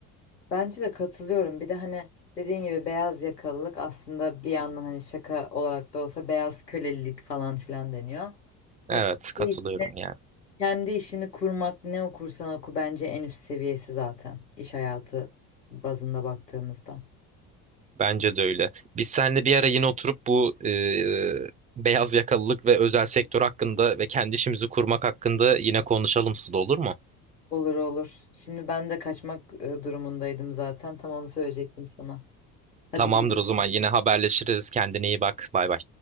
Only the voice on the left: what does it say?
Bence de katılıyorum. Bir de hani dediğin gibi beyaz yakalılık aslında bir yandan hani şaka olarak da olsa beyaz kölelilik falan filan deniyor. Hani
kendi işini,
kendi işini kurmak ne okursan oku bence en üst seviyesi zaten iş hayatı bazında baktığımızda.
Olur olur. Şimdi ben de kaçmak e, durumundaydım zaten. Tam onu söyleyecektim sana. Hadi
görüşürüz.